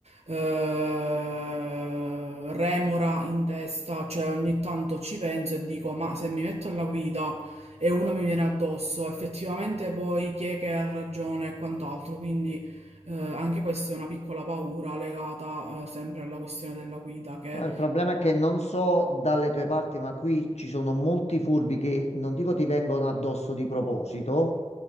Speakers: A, on the right; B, on the left.
A: eh, remora in testa, cioè ogni tanto ci penso e dico, ma se mi metto alla guida e una mi viene addosso. Effettivamente poi chi è che ha ragione e quant'altro, quindi eh, anche questa è una piccola paura legata eh, sempre alla questione della guida che...
B: Ma Il problema è che non so dalle tue parti, ma qui ci sono molti furbi che non dico ti vengono addosso di proposito,